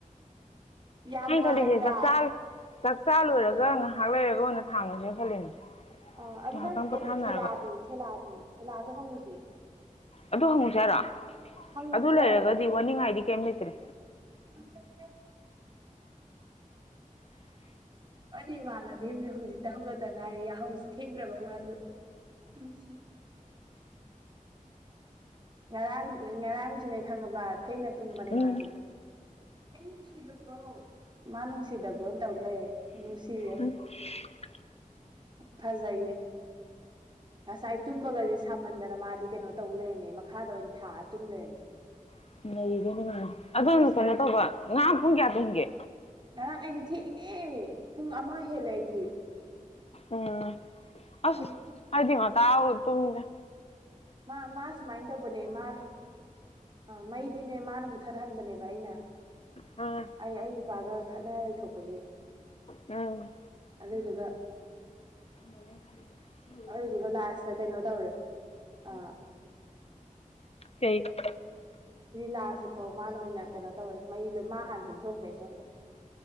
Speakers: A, on the right (about 35°); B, on the left (about 45°).
A: ꯌꯥꯝ
B: ꯑꯩꯅ
A: ꯃꯥꯟꯗ꯭ꯔꯥ
B: ꯈꯜꯂꯤꯁꯦ ꯆꯥꯛꯆꯥ ꯆꯥꯛꯆꯥ ꯂꯣꯏꯔꯒ ꯉꯥꯏꯍꯥꯛ ꯂꯩꯔꯒ ꯑꯣꯏꯅ ꯊꯥꯡꯉꯁꯦꯅ ꯈꯜꯂꯤꯅꯦ
A: ꯑ ꯑꯗꯨ
B: ꯉꯥꯏꯍꯥꯛꯇꯪ
A: ꯅꯪ ꯀꯩꯅꯣ
B: ꯄꯣꯊꯥꯅꯔꯒ
A: ꯊꯦꯂꯥꯗꯤ ꯊꯦꯂꯥꯗꯤ ꯊꯦꯂꯥꯗ ꯍꯪꯉꯨꯁꯦ
B: ꯑꯗꯨ ꯍꯪꯉꯨꯁꯦ ꯍꯥꯏꯔꯤꯔꯣ
A: ꯍꯪꯅꯤꯡꯗ꯭ꯔꯣ
B: ꯑꯗꯨ ꯂꯩꯔꯒꯗꯤ ꯋꯥꯅꯤꯡꯉꯥꯏꯗꯤ ꯀꯩꯝ ꯂꯩꯇ꯭ꯔꯦ
A: <unintelligible> ꯑꯩ ꯏꯃꯥꯟꯅꯕꯤ ꯑꯃꯁꯁꯨ ꯍꯧꯖꯤꯛꯇ ꯍꯧꯒꯠꯇ ꯉꯥꯏꯔꯤ ꯌꯥꯍꯧꯁꯤ ꯊꯦꯡꯈ꯭ꯔꯕ ꯃꯥꯁꯨ ꯑꯁ ꯉꯔꯥꯡ ꯉꯔꯥꯡꯁꯨꯅꯦ ꯈꯪꯉꯕ ꯊꯦꯡꯅ ꯇꯨꯝꯕꯅꯦ
B: ꯎꯝ
A: ꯃꯥꯁꯨ <unintelligible> ꯃꯥ ꯅꯨꯡꯁꯤꯗꯕ꯭ꯔꯣꯅ ꯇꯧꯖꯩꯌꯦ ꯅꯨꯡꯁꯤꯌꯦ
B: <unintelligible>
A: ꯐꯖꯩꯌꯦ ꯉꯁꯥꯏ ꯇꯨꯝꯕꯒꯁꯦ ꯁꯥꯃꯟꯗꯅ ꯃꯥꯗꯤ ꯀꯩꯅꯣ ꯇꯧ ꯂꯩꯔꯝꯃꯦ ꯃꯈꯥꯗ ꯑꯣꯏꯅ ꯊꯥꯔ ꯇꯨꯝ ꯂꯩꯔꯝꯃꯦ
B: <unintelligible> ꯃꯥꯗꯤ ꯑꯗꯨꯅ
A: ꯑꯁꯨꯃꯥꯏ
B: ꯀꯩꯅꯣ ꯇꯧꯕ ꯉꯍꯥ ꯄꯨꯡ ꯀꯌꯥ ꯇꯣꯡꯍꯒꯦ
A: ꯑꯥ ꯑꯩꯗꯤ ꯊꯦꯛꯉꯦ ꯄꯨꯡ ꯑꯃ ꯍꯦꯜꯂꯦ ꯑꯩꯗꯤ
B: ꯎꯝ ꯑꯁ
A: ꯑꯩꯗꯤ
B: ꯑꯩꯗꯤ ꯉꯟꯇ ꯑꯣꯏꯅ ꯇꯨꯝꯃꯦꯗꯥ
A: ꯃꯥ ꯃꯥ ꯁꯨꯃꯥꯏꯅ ꯇꯧꯕꯅꯦ ꯃꯥ ꯑ ꯃꯩꯗꯤꯅꯦ ꯃꯥꯅ ꯃꯨꯛꯊꯠꯍꯟꯕꯅꯦꯕ ꯑꯩꯅ
B: ꯎꯝ
A: ꯑꯩ ꯑꯩ ꯅꯨꯄꯥꯒ ꯈꯠꯅꯔ ꯂꯩꯊꯣꯛꯄꯒꯤ
B: ꯎꯝ
A: ꯑꯗꯨꯗꯨꯒ
B: <inaudible>
A: ꯑꯗꯨꯗꯨꯒ ꯂꯥꯁꯇ ꯀꯩꯅꯣ ꯇꯧꯔꯦ ꯑ
B: ꯀꯩ <unintelligible>
A: ꯂꯥꯁꯇꯀꯣ ꯃꯥꯅ ꯑꯣꯏꯅ ꯀꯩꯅꯣ ꯇꯧꯔꯦ ꯃꯩ ꯃꯥ ꯍꯥꯟꯅ ꯇꯨꯝꯊꯣꯛꯈ꯭ꯔꯦ ꯑꯩꯉꯣꯟꯗꯩ